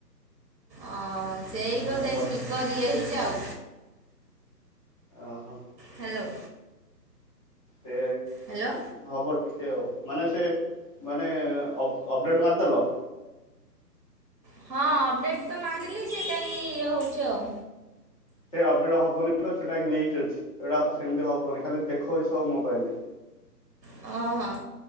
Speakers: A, on the right (about 80°); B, on the left (about 20°).
A: ଅ ସେଇ
B: ମାନେ
A: ବୋଧେ
B: କଥା
A: ସ୍ପିକର୍ ଇଏ ହେଇଛି ଆଉ
B: ଓହୋ।
A: ହ୍ୟାଲୋ।
B: ସେ
A: ହ୍ୟାଲୋ
B: ହବ ଟିକେ ଆଉ। ମାନେ ସେ ମାନେ ଅପ ଡ଼େଟ୍ ମାରିଦେଲ?
A: ହଁ ଅପଡ଼େଟ ତ ମାରିଲି। ସିଏ କାହିଁ ଇଏ ହଉଛି ଆଉ।
B: ସେ ଅପଡ଼େଟ୍ ହବନି ତ ସେଇଟା ଗ୍ଲିଚ ଅଛି। ସେଇଟା ସେମିତି ହବନି ଖାଲି ଦେଖାଉଛି ସବୁ ମୋାଇଲରେ
A: ହଁ ହଁ।